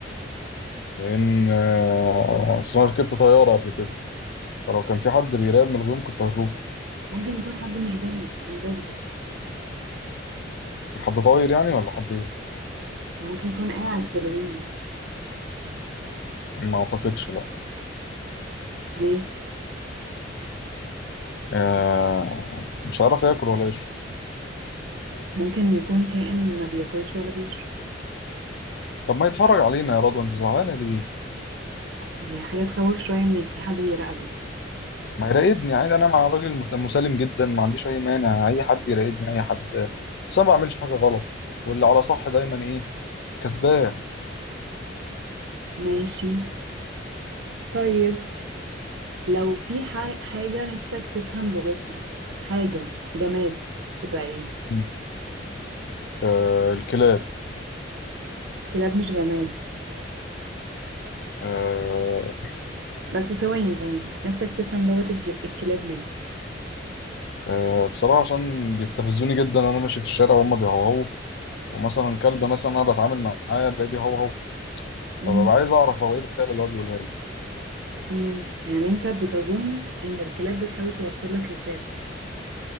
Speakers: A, on the left (about 65°); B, on the right (about 70°).
A: لان آه، اصل انا ركبت طيارة قبل كده فلو كان في حد بيراقب من الغيوم كنت هشوفه
B: ممكن يكون حد مش باين invisible
A: حد طاير يعني ولا حد ايه
B: ممكن يكون قاعد في الغيمة
A: ما اعتقدش لا
B: ليه
A: آه مش هعرف اكل ولا اشرب
B: ممكن يكون كائن ما بياكلش ولا بيشرب
A: طب ما يتفرج علينا يا رضوى انت زعلانه ليه
B: دي حاجة تخوف شوية ان في حد بيراقبك
A: ما يراقبني عادي انا مع راجل مت- مسالم جدا ما عنديش اي مانع اي حد يراقبني اي حد بس انا ما بعملش حاجه غلط واللي على صح دايما ايه كسبان
B: ماشي طيب لو في ح- حاجة نفسك تفهم لغتها حاجة جماد تبقى ايه
A: مم. آه الكلاب
B: كلاب مش جماد
A: آه
B: بس ثواني ثواني نفسك تفهم لغة الجر... الكلاب ليه
A: آه بصراحه عشان بيستفزوني جدا وانا ماشي في الشارع وهم بيهوهوا ومثلا كلب مثلا انا بتعامل معاه الاقيه بيهوهو
B: مم.
A: فببقى عايز اعرف هو ايه الرساله اللي هو بيقولها لي
B: مم. يعني انت بتظن ان الكلاب بتحاول توصل لك رسالة